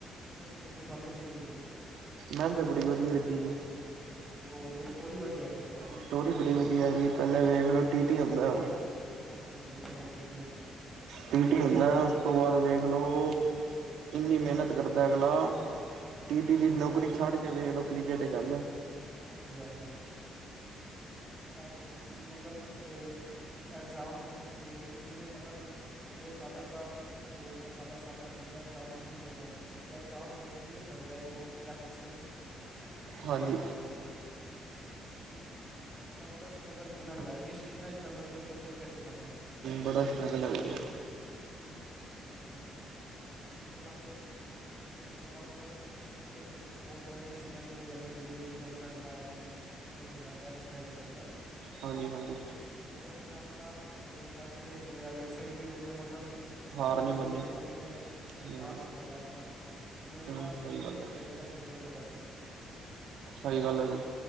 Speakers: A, in the centre; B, on the right (about 85°).
A: ਕਿਵੇਂ ਜਿਹੀ ਲੱਗੀ ਤੁਹਾਨੂੰ ਕਿਵੇਂ ਜਿਹੀ ਲੱਗੀ ਫਿਰ?
B: ਮੈਨ ਤੇ ਬੜੀ ਵਧੀਆ ਲੱਗੀ ਜੀ।
A: ਹਜੀ ਬੋਹ ਵਧੀਆ, ਸਟੋਰੀ ਵਧੀਆ ਹੈਗੀ ਹੈ। ਭਾਅ ਜੀ ਉਹਦੀ
B: ਸਟੋਰੀ ਬੜੀ ਵਧੀਆ ਹੈਗੀ ਏ ਪਹਿਲੇ ਵੇਖ ਰਹੇ ਟੀ-ਟੀ ਹੁੰਦਾ ਉਹ।
A: ਹਾਂਜੀ-ਹਾਂਜੀ ਪਹਿਲੇ ਟੀ-ਟੀ ਹੁੰਦਾ।
B: ਟੀ ਟੀ
A: ਮਤਲਬ
B: ਹੁੰਦਾ, ਉਸ ਤੋਂ ਬਾਦ
A: ਹਾਂਜੀ
B: ਵੇਖਲੋ ਇੰਨੀ ਮਿਹਨਤ ਕਰਦਾ ਅਗਲਾ, ਟੀਟੀ ਦੀ ਨੌਕਰੀ ਛੱਡ ਕੇ ਵੇਖ ਲੋ ਕ੍ਰਿਕਟ ਇਚ ਆਂਦਾ।
A: ਹਾਂਜੀ-ਹਾਂਜੀ। ਐ ਵੇਖਲ ਤੁਸੀਂ ਮਲਬ ਏ ਐਗਜ਼ਾਮ ਦੇ ਕੇ ਵੀ ਕਿਵੇਂ ਮਲਬ ਉਹਦੇ ਫਾਦਰ ਦਾ ਜੋ ਹੁੰਦਾ ਫਾਦਰ ਸਾਹਿਬ ਕਹਿੰਦੇ ਨੇ ਇਗਜ਼ਾਮ ਜ਼ਰੂਰ ਦੇਣਾ ਏ। ਤੇ ਇਗਜ਼ਾਮ ਦੇ ਕੇ ਕਿਵੇਂ ਭੱਜਦਾ ਏ ਉਹ ਪ੍ਰੈਕਟਿਸ ਕਰਨ,
B: ਹਾਂਜੀ
A: ਜਿਹੜਾ ਉਹ ਵਿਖਾਇਆ ਹੈ। ਮਤਲਬ ਉਹਦਾ ਸਟਰਗਲ ਕਿੰਨਾ ਵਿਖਾਇਆ ਕਿ ਕਿੰਨਾ ਸਟਰਗਲ ਕਰਕੇ ਉਹ ਕ੍ਰਿਕਕੇਟਰ ਬਣਿਆ।
B: ਬੜਾ ਸਟਰਗਲ ਹੈਗਾ।
A: ਉਹੀ ਗੱਲ ਹੈਗੀ ਨਾ ਤੇ ਨਾਲੇ ਹੂੰ ਉਹਦਾ ਮਤਲਬ ਇੱਕ ਬੋਹਤ ਬੱੜਾ ਇੰਸੀਡੈਂਟ ਵੀ ਹੋ ਜਾਂਦਾ ਜਿਹੜੀ ਉਹਦੀ ਗਰਲਫਰੈਂਡ ਦਾ ਉਹ ਹੋ ਜਾਂਦਾ ਇੱਕ ਐਕਸੀਡੈਂਟ ਹੋ ਜਾਂਦਾ ਏ।
B: ਹਾਂਜੀ-ਹਾਂਜੀ।
A: ਮਲਬ ਇੰਨਾ ਵੱਡਾ ਹਾਰਟ ਬ੍ਰੇਕ ਵੀ ਹੋਇਆ ਵਿੱਚ ਫੇਰ ਵੀ ਉਹਨੇ ਮਲਬ
B: ਹਾਰ
A: ਹਿੰਮਤ
B: ਮੰਨੀ
A: ਨੀ ਹਾਰੀ ਉਹਨੇ ਦਿਖਾ
B: ਹੂੰ
A: ਕੇ ਕਰਿਆ ਆਪਣਾ। ਉਹਨੇ ਆਪਣਾ
B: ਹੂੰ ਸਹੀ
A: ਡਰੀਮ ਨੀ
B: ਗੱਲ
A: ਛੱਡਿਆ
B: ਹੈ
A: ਜਿਹੜਾ ਕ੍ਰਿਕਟਰ ਦਾ ਸੀ।
B: ਸਹੀ ਗੱਲ ਹੈ ਜੀ।